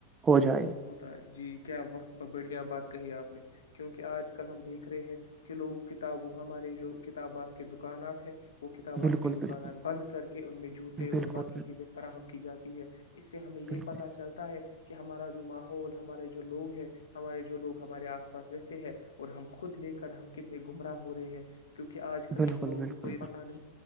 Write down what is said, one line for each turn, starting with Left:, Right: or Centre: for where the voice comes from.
Right: ہو جائے
Left: ہوتا ہے جی کیا وہ بڑھیا بات آپ نے کیونکہ آج کل ہم دیکھ رہے ہیں کہ لوگ کتابوں ہمارے جو کتابات کے دکانات ہیں وہ کتابات
Right: بالکل
Left: کے دکانات
Right: بالکل
Left: بند کر کے ان میں جوتے اور
Right: بالکل
Left: باقی چیزیں فراہم کی جاتی ہے اس سے ہمیں
Right: بالکل
Left: یہ پتا چلتا ہے کہ ہمارا جو ماحول ہمارے جو لوگ ہے ہمارے جو لوگ ہمارے آس پاس رہتے ہے اور ہم خود لے کر ہم کتنے گمراہ ہو رہے ہیں کیونکہ آج کل
Right: بالکل
Left: کے لوگوں
Right: بالکل بالکل
Left: کو یہ پتا نہیں